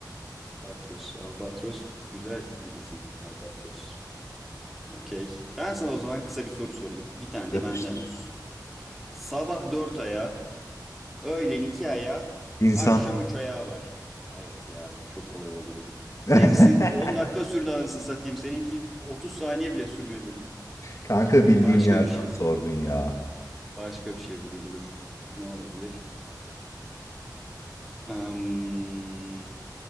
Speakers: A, in the centre; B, on the left.
A: <laughs> Albatros. Albatros güzel bir isim. Albatros. Okey. Ben sana o zaman kısa bir soru sorayım. Bir tane
B: Yapıştır.
A: de benden olsun. Sabah dört ayağı, öğlen iki ayağı,
B: İnsan.
A: akşam üç ayağı var. Evet ya çok kolay oldu bu.
B: <laughs>
A: Benimkisi 10 dakika sürdü anasını satayım. Seninki 30 saniye bile sürmedi.
B: Kanka bildiğim
A: Başka
B: yerden
A: bir şey.
B: sordun ya.
A: Başka bir şey bulayım dur. Ne olabilir? Am,